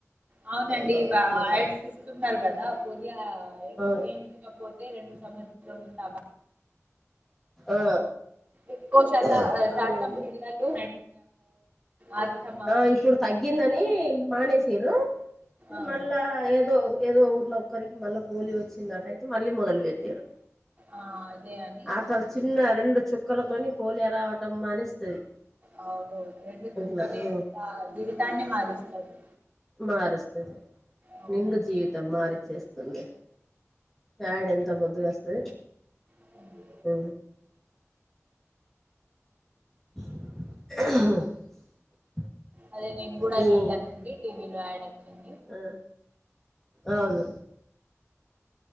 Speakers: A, on the right; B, in the centre.
A: అవునండి
B: మా
A: యాడ్స్
B: ముచ్చ
A: ఇస్తున్నారు కదా పోలియా
B: అవును
A: ఎంచకపోతే రెండు సంవత్సరాలు <unintelligible>
B: ఆ
A: ఎక్కువ శాతం
B: ఆ అవునండి
A: పిల్లలు ఆస్తమా
B: ఆ ఇప్పుడు తగ్గిందని మానేసిరూ ఇపుడు
A: ఆహా
B: మళ్ళా ఏదో ఏదో ఊర్లో ఒక్కరికి మళ్ళా పోలియో వచ్చిందట అయితే మళ్ళీ మొదలు పెట్టిల్లు
A: ఆ అదే అని
B: ఆటలు చిన్న రెండు చుక్కలతోని పోలియా రావటం మానేస్తది.
A: అవును రెండు చుక్కలే
B: ఇట్లా ఆ
A: జీవితాన్నే మారుస్తది
B: మారుస్తది
A: అవును
B: నిండు జీవితం మారి <unintelligible> వస్తుంది యాడ్ ఎంత ముద్దుగా వస్తది.
A: అవును
B: ఉ <inaudible>
A: అదే నేను కూడ
B: మీ
A: చూసానండి టీవీలో యాడ్ అచ్చింది
B: ఆ అవును